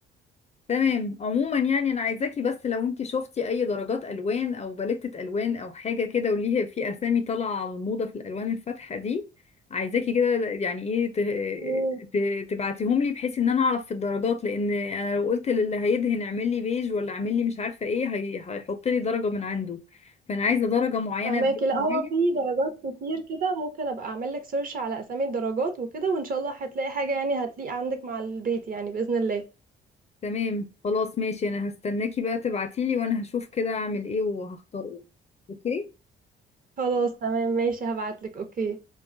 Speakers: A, on the left (about 35°); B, on the right (about 45°).
A: تمام عموما يعني انا عايزاكي بس لو انت شفتي اي درجات الوان او باليتة الوان او حاجه كده وليها في اسامي طالعه على الموضه في الالوان الفاتحه دي عايزاكي كده يعني ايه ت-
B: مم.
A: ت- تبعتيهم لي بحيث ان انا اعرف في الدرجات لان انا لو قلت للي هيدهن اعمل لي بيج ولا اعمل لي مش عارفه ايه هي- هيحط لي درجه من عنده فانا عايزه درجه معينه
B: فماكي
A: بيج
B: لا
A: معين
B: هو في درجات كتير كده ممكن أبقى أعمل لك سيرش على أسامي الدرجات وكده وإن شاء الله هتلاقي حاجة يعني هتليق عندك مع البيت يعني بإذن الله
A: تمام خلاص ماشي انا هستناكي بقى تبعتيلي وانا هشوف كده اعمل ايه وهختار ايه اوكي
B: خلاص تمام ماشي هبعت لك أوكي